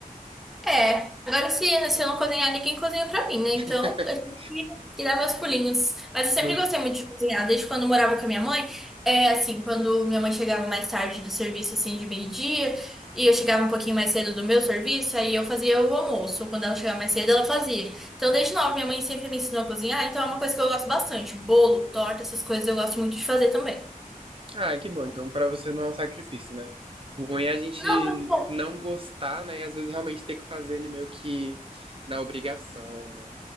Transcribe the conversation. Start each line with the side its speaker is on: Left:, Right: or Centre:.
Centre: É, agora se, se eu não cozinhar, ninguém cozinha pra mim, né?
Right: <laughs>
Centre: Então, eu tenho que que dar meus pulinhos. Mas eu sempre
Right: Não
Centre: gostei muito de cozinhar, desde quando eu morava com a minha mãe. É assim, quando minha mãe chegava mais tarde do serviço, assim, de meio-dia, e eu chegava um pouquinho mais cedo do meu serviço, aí eu fazia o almoço. Quando ela chegava mais cedo, ela fazia. Então, desde nova, minha mãe sempre me ensinou a cozinhar, então é uma coisa que eu gosto bastante. Bolo, torta, essas coisas eu gosto muito de fazer também.
Right: Ah, que bom. Então, pra você não é um sacrifício, né? O ruim é a gente
Centre: Não, é bom.
Right: não gostar, né? E às vezes realmente ter que fazer ele meio que na obrigação, né?